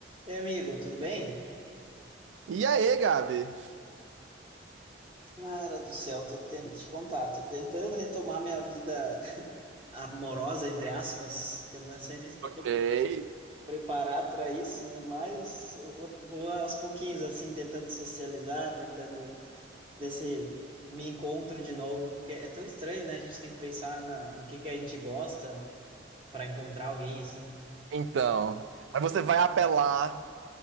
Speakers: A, on the right; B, on the right.
A: E amigo, tudo bem?
B: E aí, Gabi?
A: Cara do céu, tô tentando te contar, tô tentando retomar minha vida amorosa, entre aspas, que eu não sei nem se eu tô
B: Ei,
A: preparado para isso, né? Mas eu vou, vou aos pouquinhos, assim, tentando socializar, tentando ver se me encontro de novo, porque é tão estranho, né? A gente tem que pensar na, no que que a gente gosta para encontrar alguém, assim.
B: então. Mas você vai apelar